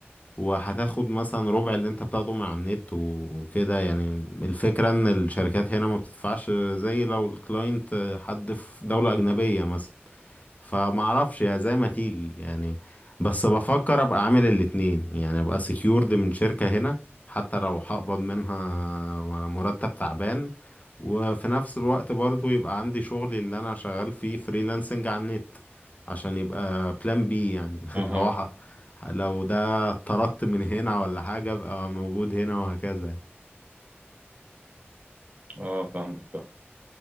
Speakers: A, on the left; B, on the right.
A: وهتاخد مثلا ربع اللي انت بتاخده من على النت وكده يعني الفكرة ان الشركات هنا ما بتدفعش زي لو الكلاينت حد في دولة اجنبية مثلا فمعرفش يا زي ما تيجي يعني بس بفكر ابقى عامل الاتنين يعني ابقى سكيورد من شركة هنا حتى لو هقبض منها مرتب تعبان وفي نفس الوقت برضو يبقى عندي شغلي اللي انا شغال فيه فريلانسنج على النت عشان يبقى بلان بي يعني <laughs>
B: اها
A: اللي هو ح- لو ده طردت من هنا ولا حاجة ابقى موجود هنا وهكذا
B: اه فاهمك فاهم